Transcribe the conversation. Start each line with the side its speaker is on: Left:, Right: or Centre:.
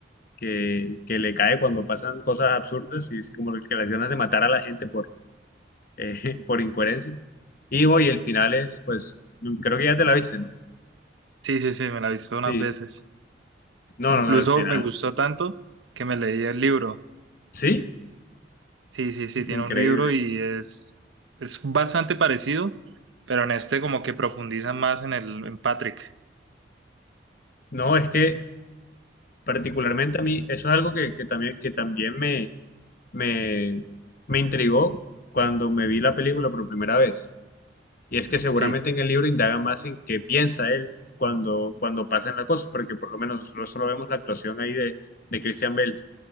Left: que, que le cae cuando pasan cosas absurdas y así como que las ganas de matar a la gente por, eh, <laughs> por incoherencias. Y hoy el final es, pues, mm, creo que ya te la viste, ¿no?
Right: Sí, sí, sí, me la he visto unas
Left: Sí,
Right: veces.
Left: no,
Right: Incluso
Left: no, no, el final.
Right: me gustó tanto que me leí el libro.
Left: Sí,
Right: Sí, sí, sí, tiene
Left: increíble.
Right: un libro y es, es bastante parecido, pero en este como que profundiza más en el, en Patrick.
Left: No, es que particularmente a mí, eso es algo que, que también, que también me, me, me intrigó cuando me vi la película por primera vez. Y es que seguramente
Right: Sí.
Left: en el libro indaga más en qué piensa él cuando, cuando pasan las cosas, porque por lo menos nosotros solo vemos la actuación ahí de, de Christian Bale,